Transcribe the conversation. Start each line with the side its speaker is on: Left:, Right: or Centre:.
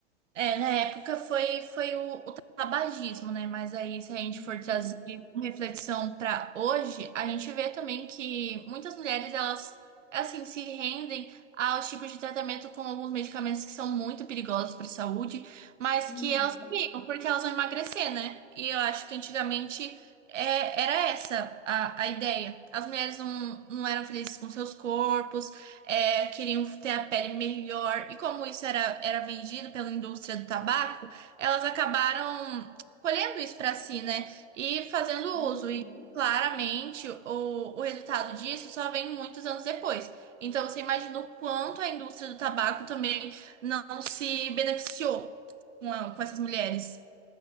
Right: É, na época foi, foi o, o tabagismo, né? Mas aí, se a gente
Left: Uhum,
Right: for trazer uma reflexão para hoje, a gente vê também que muitas mulheres, elas, assim, se rendem aos tipos de tratamento com alguns medicamentos que são muito perigosos para a saúde, mas
Left: uhum.
Right: que elas tomam porque elas vão emagrecer, né? E eu acho que antigamente é, era essa a, a ideia. As mulheres não, não eram felizes com seus corpos, é, queriam ter a pele melhor. E como isso era, era vendido pela indústria do tabaco, elas acabaram colhendo isso para si, né? E fazendo
Left: Uhum.
Right: uso. E claramente o, o resultado disso só vem muitos anos depois. Então você imagina o quanto a indústria do tabaco também não se beneficiou com, a- com essas mulheres.